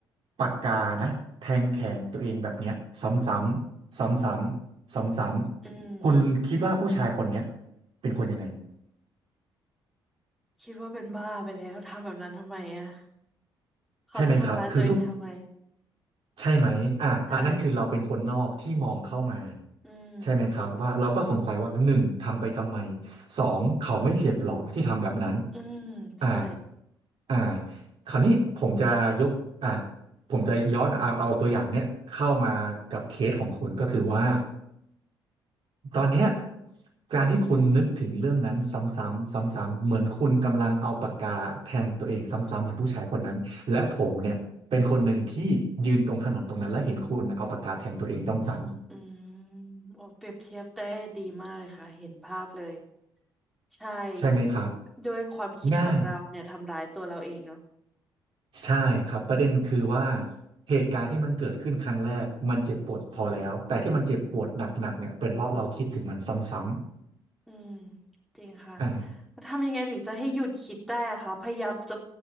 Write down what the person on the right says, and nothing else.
ปากกานะแทงแขนตัวเองแบบเนี้ยซ้ำๆซ้ำๆซ้ำๆคุณคิดว่าผู้ชายคนเนี้ย
เป็นคนยังไง
ใช่ไหมครับคือทุก ใช่ไหมอ่าอันนั้นคือเราเป็นคนนอกที่มองเข้ามา
ใช่ไหมครับว่าเราก็สงสัยว่าหนึ่งทำไปทำไมสองเขาไม่เจ็บหรอที่ทำแบบนั้น
อ่าอ่าคราวนี้ผมจะยกอ่าผมจะย้อนเอาเอาตัวอย่างเนี้ยเข้ามากับเคสของคุณก็คือว่า ตอนเนี้ยการที่คุณนึกถึงเรื่องนั้นซ้ำๆซ้ำๆเหมือนคุณกำลังเอาปากกาแทงตัวเองซ้ำๆเหมือนผู้ชายคนนั้นและผมเนี่ยเป็นคนหนึ่งที่ยืนตรงถนนตรงนั้นและเห็นคุณเอาปากกาแทงตัวเองซ้
ำๆใช่ไหมครับ
ง่ายใช่ครับประเด็นคือว่า
เหตุการณ์ที่มันเกิดขึ้นครั้งแรกมันเจ็บปวดพอแล้วแต่ที่มันเจ็บปวดหนักๆเนี่ยเป็นเพราะเราคิดถึงมันซ้ำ
ๆอ่า